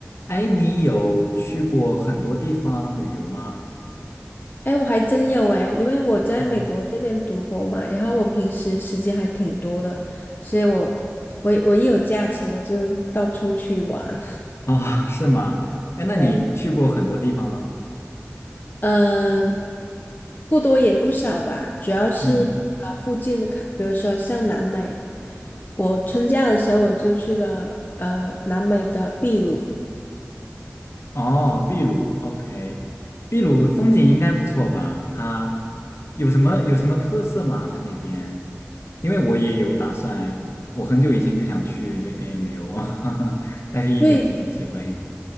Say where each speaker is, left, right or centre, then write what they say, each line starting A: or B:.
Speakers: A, on the left; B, on the left.
A: 哎，你有去过很多地方旅游吗？
B: 哎，我还真有哎，因为我在美国这边读博嘛，
A: 嗯，
B: 然后我平时时间还挺多的，所以我我我一有假期我就到处去玩。
A: 哦，是吗？
B: <laughs>
A: 哎，那你去过很多地方了？
B: 对，嗯、不多也不少吧，主要是附呃附近的卡，
A: 嗯，
B: 比如说像南美，我春假的时候我就去了呃南美的秘鲁，
A: 哦，秘鲁，OK，秘鲁风景应该不错吧？它有什么有什么特色吗？它那边，因为我也有打算，我很久以前就想去那边旅游，<laughs> 但是一直没有机会。
B: 因为